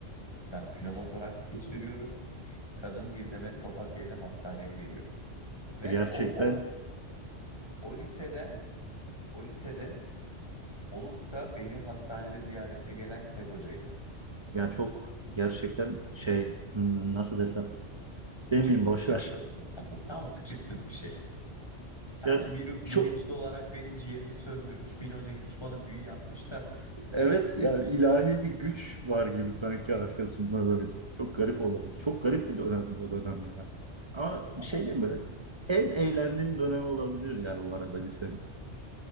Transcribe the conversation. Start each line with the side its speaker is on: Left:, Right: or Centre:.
Left: Ben pnömotoraks geçiriyorum. Kadın bir demet papatya ile hastaneye geliyor. Ve
Right: E, Gerçekten
Left: o, o, o lisede o lisede Olup da beni hastanede ziyarete gelen tek hocaydı.
Right: ya çok gerçekten şey hmm, nasıl desem
Left: Scripted
Right: demeyeyim boş
Left: gibi
Right: ver.
Left: böyle.
Right: <laughs>
Left: Hani tam scripted bir şey. Sanki
Right: Ya
Left: biri
Right: çok
Left: bilinçli olarak benim ciğerimi söndürmüş, beni hoca gitmiş bana büyü yapmış da. <laughs>
Right: evet yani ilahi bir güç var gibi sanki arkasında böyle. Çok garip olaydı. Çok garip bir dönemdi o dönem ya. Ama
Left: Valla
Right: bir şey diyeyim mi? En eğlendiğim dönemi olabilir ya bu arada lisenin.